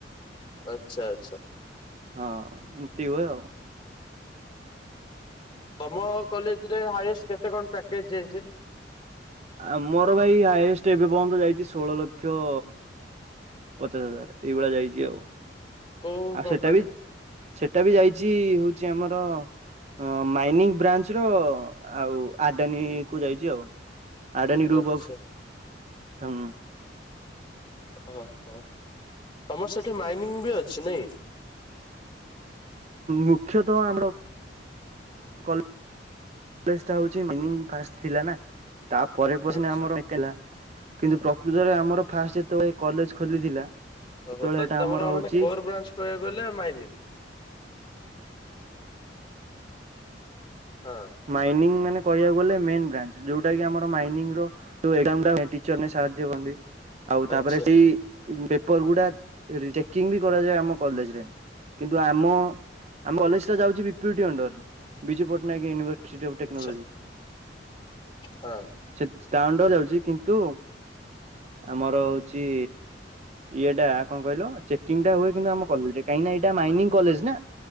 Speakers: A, on the left (about 25°); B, on the right (about 40°).
A: ଆଚ୍ଛା, ଆଚ୍ଛା।
B: ହଁ ଏମିତି ହୁଏ ଆଉ।
A: ତମ କଲେଜରେ ହାଏଷ୍ଟ କେତେ କଣ ପ୍ୟାକେଜ ଯାଇଛି?
B: ଆମର ଭାଇ ହାଇଏଷ୍ଟ ଏବେ ପର୍ଯ୍ୟନ୍ତ ଯାଇଛି ଷୋହଳ ଲକ୍ଷ। ପଚାଶ ହଜାର ଏଇଭଳିଆ ଯାଇଛି ଆଉ,
A: କୋଉ
B: ଆଉ
A: କମ୍ପାନୀ
B: ସେଟା ବି ସେଟା ବି ଯାଇଛି ହଉଛି ଆମର ହଁ ମାଇନିଂ ବ୍ରାଞ୍ଚ ର ଆଉ ଆଡାନୀ କୁ ଯାଇଛି ଆଉ। ଆଡ଼ାନୀ ଗ୍ରୁପ
A: ଆଚ୍ଛା
B: ଅଫ୍ ହଁ।
A: ହଁ ହଁ, ତମର ସେଠି ମାଇନିଂ ବି ଅଛି ନାଇଁ?
B: ମୁଖ୍ୟତଃ ଆମର କଲ ଫାଷ୍ଟ ଟା ହେଉଛି ମିନିଂ ଫାର୍ଷ୍ଟ ଥିଲା ନା। ତାପରେ ପ - ସିନା
A: ଆଚ୍ଛା।
B: ଆମର ଭେକେଣ୍ଟ ଲା କିନ୍ତୁ ପ୍ରକୃତରେ ଆମର ଫାଷ୍ଟ ଯେତେବେଳେ କଲେଜ ଖୋଲିଥିଲା। ସେତେବେଳେ
A: ବର୍ତମାନ
B: ଏଟା
A: ତମର
B: ଆମର ହଉଛି
A: ମାନେ କୋର ବ୍ରାଞ୍ଚ କହିବାକୁ ଗଲେ ମାଇନିଂ। ହଁ।
B: ମାଇନିଂ ମାନେ କହିବାକୁ ଗଲେ ମେନ୍ ବ୍ରାଞ୍ଚ ଜଉଟା କି ଆମର ମାଇନିଙ୍ଗର ଟୁ ଏକ୍ସାମର ଟିଚରନେସ ସାଥ ଆଉ ତାପରେ
A: ଆଚ୍ଛା
B: ସେଇ ପେପର ଗୁଡା ରିଚେକିଂ ବି କରାଯାଏ ଆମ କଲେଜରେ, କିନ୍ତୁ ଆମ ଆମ କଲେଜଟା ଯାଉଛି ବି ପି ୟୁ ଟି ଅଣ୍ଡରରେ, ବିଜୁ ପଟ୍ଟନାୟକ ୟୁନିଭର ଫିଜିଓ ଟେକ୍ନୋଲଜି।
A: ଆଚ୍ଛା। ହଁ
B: ସେ ତା ଅଣ୍ଡରରେ ଯାଉଛି କିନ୍ତୁ ଆମର ହେଉଛି ଇଏଟା କଣ କହିଲ ଚେକିଂ ଟା ହୁଏ କିନ୍ତୁ ଆମ କଲେଜରେ, କାହିଁକି ନା ଏଇଟା ମାଇନିଂ କଲେଜ ନା।